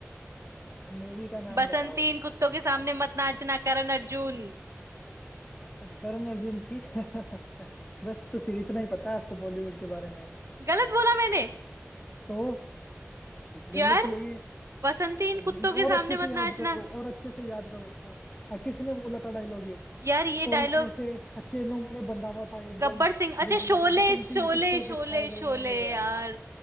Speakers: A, on the left (about 20°); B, on the right (about 75°).
A: मूवी का नाम
B: बसंती
A: बताओ
B: इन कुत्तों के सामने मत नाचना करण अर्जुन
A: करण अर्जुन थी <laughs> बस तो फिर इतना ही पता है आपको बॉलीवुड के बारे में
B: गलत बोला मैंने
A: तो
B: यार
A: गलत यही है
B: बसंती इन
A: ये।
B: कुत्तों के
A: और अच्छे
B: सामने
A: से
B: मत
A: याद
B: नाचना
A: करो और अच्छे से याद करो अ, किसने बोला था डायलॉग ये
B: यार ये
A: कौन
B: डायलॉग
A: ऐसे अचेनों में बंधा हुआ था एकदम
B: गब्बर सिंह अच्छा
A: जो बोल
B: शोले
A: रहा था बसंती
B: शोले
A: इन कुत्तों के
B: शोले
A: अरे
B: शोले
A: यार
B: यार